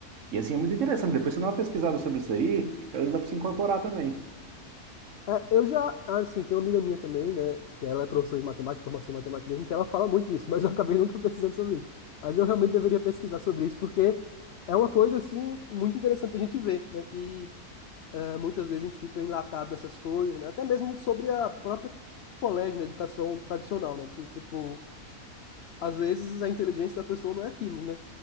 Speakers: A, on the right; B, on the left.
A: E assim, é muito interessante. Depois você dá uma pesquisada sobre isso aí, que às dá para se incorporar também.
B: É, eu já, ah, assim, tem uma amiga minha também, né? Que ela é professora de matemática, de formação em matemática mesmo, que ela fala muito disso, mas eu acabei nunca pesquisando sobre isso. Mas eu realmente deveria pesquisar sobre isso, porque é uma coisa, assim, muito interessante a gente ver, né? Que É, muitas vezes a gente fica enlatado nessas coisas, né? Até mesmo sobre a própria colégio, né? Educação tradicional, né? Que, tipo, às vezes a inteligência da pessoa não é aquilo, né?